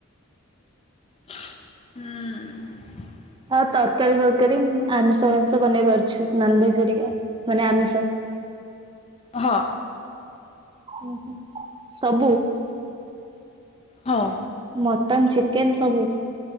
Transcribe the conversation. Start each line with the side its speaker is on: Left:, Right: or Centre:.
Left: ହୁଁ।
Right: ଆଉ ତରକାରୀ ଫରକାରୀ ଉଁ ଆମିଷ ଫାମିଷ ବନେଇ ପାରୁଛି ନନଭେଜ ହେରିକା ମାନେ ଆମିଷ।
Left: ହଁ।
Right: ଉଁ ହୁଁ ସବୁ?
Left: ହଁ।
Right: ମଟନ୍ ଚିକେନ୍ ସବୁ?